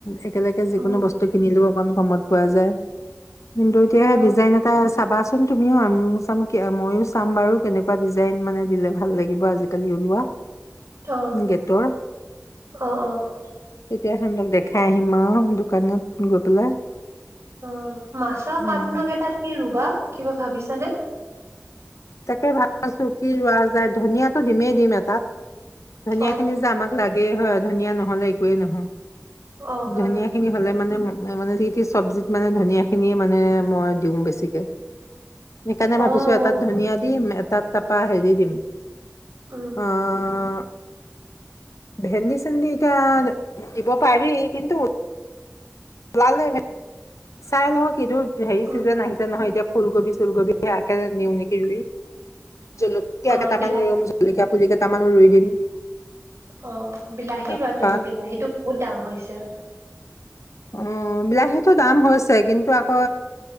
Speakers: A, on the left (about 85°); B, on the right (about 60°).
A: একেলগে যিকোনো
B: উম
A: বস্তু কিনিলো অকন কমত পোৱা যায়। কিন্তু এতিয়া
B: অ
A: ডিজাইন এট চাবাচোন তুমিও আমিও চাম মইয়ো চাম বাৰু কেনেকুৱা ডিজাইন মানে দিলে ভাল লাগিব আজিকালি ওলোৱা।
B: অ',
A: গেটৰ
B: অ', অ'।
A: তেতিয়া <unintelligible> দেখাই আহিম আৰু দোকানত গৈ পেলাই।
B: অ', মাছৰ
A: উম
B: কাঠ নং এটাত কি ৰুবা? কিবা ভাবিছা? <unintelligible>
A: তাকে, ভাবিছোঁ কি ৰোৱা যায়, ধনিয়াটো দিমেই দিম এটাত। ধনিয়াখিনি
B: অ
A: যে, আামাক লাগ <unintelligible> হয়, ধনিয়া নহ'লে একোয়েই নহয়।
B: অ হয়
A: ধনিয়াখিনি হ'লে মানে মানে <unintelligible> চব্জিত মানে ধনিয়াখিনিয়ে মানে মই দিওঁ বেছিকে। সেইকাৰণে ভাবিছোঁ
B: অ মোৰ
A: এটাত ধনিয়া দিম, এটাত তাপা হেৰি দিম।
B: উম
A: অ' ভেন্দি, চেন্দি এতিয়া দিব পাৰি, কিন্তু। ওলালে চাই লওঁ <unintelligible> হেৰি
B: উম
A: চিজন আহিছে নহয়, এতিয়া ফুলকবি চুলকবি তিয়াহ কে দিওঁ নেকি ৰুই, জলকীয়া
B: অ
A: কেইটামান
B: বিলাহ
A: ৰুম জলকীয়া, পুলি কেইটামানো ৰুই দিম।
B: অ বিলাহী
A: তাৰপাত
B: ৰোৱা তুমি বিলাহীটো বহুত দাম হৈছে।
A: উম বিলাহী, সেইটো দাম হৈছে কিন্তু আকৌ